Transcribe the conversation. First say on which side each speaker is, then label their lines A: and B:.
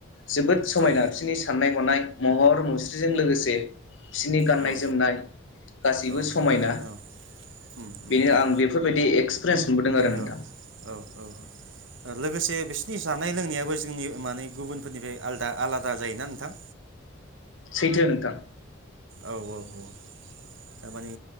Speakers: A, on the left; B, on the right.
A: जोबोद समायना
B: औ
A: बिसोरनि साननाय हनाय। महर। मुस्रिजों लोगोसे बिसोरनि गाननाय
B: औ औ
A: जोमनाय गासिबो
B: औ
A: समायना
B: औ उम उम
A: बेनो
B: उम
A: आं बेफोरबायदि एक्स पिरियेन्स मोनबोदों आरो नोंथां।
B: औ औ औ लोगोसे बिसिनि जानाय लोंनायाबो जोंनि माने गुबुनफोरनिफ्राय आलादा आलादा जायोना नोंथां।
A: सैथो नोंथां।
B: औ औ औ थारमानि